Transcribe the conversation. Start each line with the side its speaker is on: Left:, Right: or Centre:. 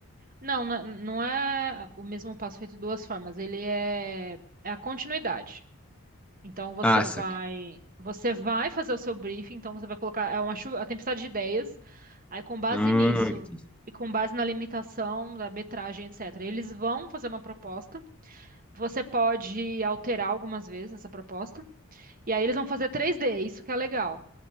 Right: Não, não não é o mesmo passo feito de duas formas. Ele é, é a continuidade. Então você
Centre: Ah, saquei.
Right: vai, você vai fazer o seu briefing, então você vai colocar é uma chuva, a tempestade de ideias. Aí com base
Centre: Hum,
Right: nisso
Centre: entendi.
Right: e com base na limitação da metragem, etc. Eles vão fazer uma proposta. Você pode alterar algumas vezes essa proposta. E aí eles vão fazer 3D, isso que é legal.